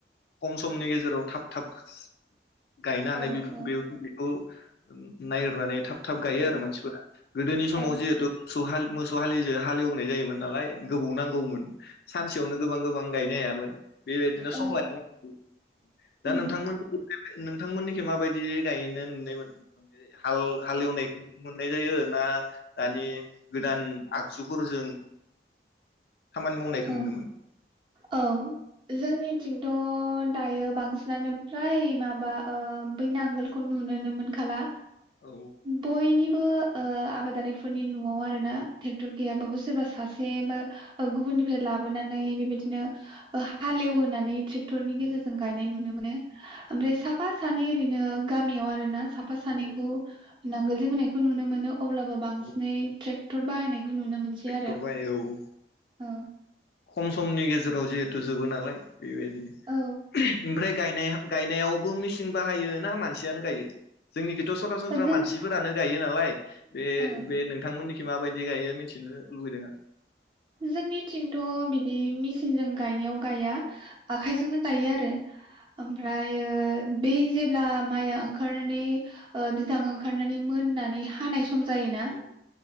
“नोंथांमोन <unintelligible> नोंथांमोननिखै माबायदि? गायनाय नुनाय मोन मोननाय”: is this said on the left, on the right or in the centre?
Left